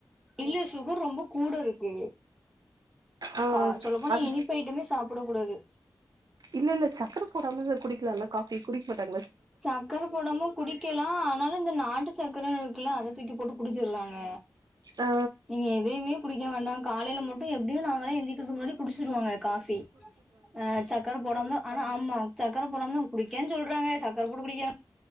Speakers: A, in the centre; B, on the right.
A: இல்ல சுகர் ரொம்ப கூட இருக்கு
B: ஆ
A: கா சொல்லப் போனா
B: அது
A: இனிப்பு ஐட்டமே சாப்ட கூடாது.
B: இல்ல இல்ல சக்கர போடாம இது குடி க்கலா இல்ல காஃபி குடிக்க மாட்டாங்
A: சக்கர போடாம குடிக்கலா ஆனா இந்த நாட்டு சக்கரன்னு இருக்குல்ல அத தூக்கி போட்டு குடிச்சர்றாங்க.
B: ஆ
A: நீங்க எதயுமே குடி யும் வேண்டா காலைல மட்டும் எப்டியோ நாங்களா எந்திக்கறதுக்கு முன்னாடியே குடிச்சிடுவாங்க காஃபி ஆ சக்கர போடாம ஆனா ஆமா சக் சக்கர போடாமதான் குடிக்கேன்னு சொல்றாங்க சக் சர் போட்டு குடிக்கிறாங்க